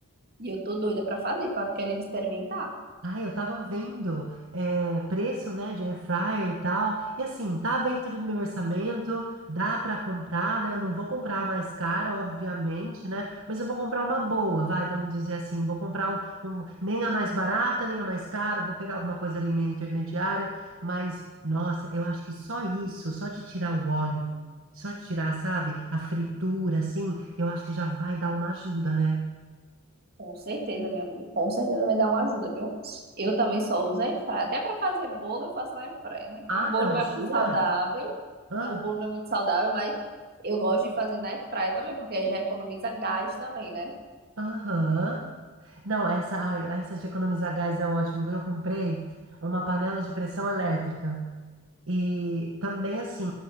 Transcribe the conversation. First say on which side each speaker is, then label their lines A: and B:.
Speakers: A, on the right; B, on the right.
A: E eu tô doida pra fazer, pra querendo experimentar.
B: Ah, eu tava vendo eh, preço, né, de air fryer e tal. E assim, tá dentro do meu orçamento, dá pra comprar, né? Eu não vou comprar a mais cara, obviamente, né? Mas eu vou comprar uma boa, vai, vamos dizer assim. Vou comprar um, um- nem a mais barata, nem a mais cara. Vou pegar alguma coisa ali meio intermediária. Mas, nossa, eu acho que só isso, só de tirar o óleo, só de tirar, sabe, a fritura, assim, eu acho que já vai dar uma ajuda, né?
A: Com certeza, minha amiga. Com certeza vai dar uma ajuda, viu? Eu também só uso air fryer. Até para fazer bolo, eu faço na air fryer, né?
B: Ah,
A: O bolo
B: não,
A: não
B: jura?
A: é muito saudável.
B: Ah,
A: ah, O bolo não é muito saudável, mas eu gosto de fazer na air fryer também, porque aí já economiza gás também, né?
B: Aham. Não, essa, ai, essa de economizar gás é ótimo. Eu comprei uma panela de pressão elétrica. E também assim,